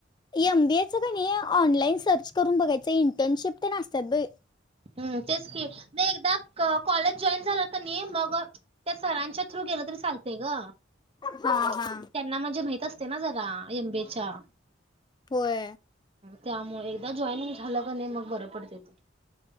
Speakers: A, on the left (about 25°); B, on the right (about 30°).
A: एम बीएचं का नाही ऑनलाईन सर्च करून बघायचं इंटर्नशिप तर नासतात ब
B: ह् तेच म एकदा कॉलेज जॉईन झाला का नाही मग त्या सरांच्या थ्रू गेलं तरी चालतय ग
A: हा
B: त्यांना
A: हा
B: म्हणजे माहि असते ना जरा एमबेच्या
A: पुय
B: त्यामुळे एकदा जॉईनिंग झालं क नाही मग बरं पडते तो